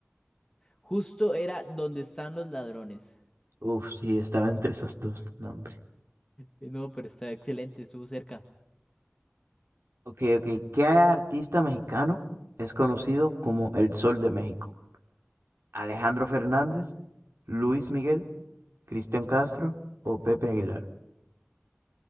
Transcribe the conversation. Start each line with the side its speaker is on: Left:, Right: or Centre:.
Left: Justo era ¿Dónde están los ladrones?
Right: Uf, sí, estaba entre esas dos, no, hombre.
Left: Eh, No, pero está excelente, estuvo cerca.
Right: Ok, ok. ¿Qué artista mexicano es conocido como el Sol de México? ¿Alejandro Fernández, Luis Miguel, Cristian Castro o Pepe Aguilar?